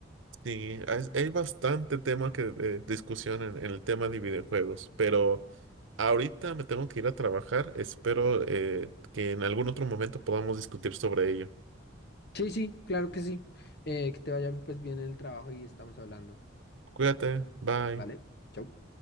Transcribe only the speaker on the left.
Sí, sí, claro que sí. Eh, que te vaya pues bien en el trabajo y estamos hablando.
¿Vale? Chau.